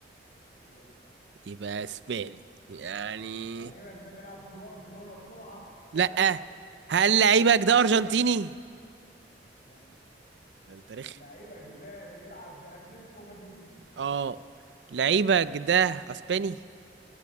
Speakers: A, on the left; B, on the right.
A: لا
B: يبقى اسباني يعني
A: لعيبك ده بيلعب في برشلونة بسرعة
B: لا
A: ها
B: هل لعيبك ده ارجنتيني
A: لا
B: ده انت رخم
A: لعيبك ده بيلعب في اتلتيكو مدريد
B: اه لعيبك
A: اكيد
B: ده اسباني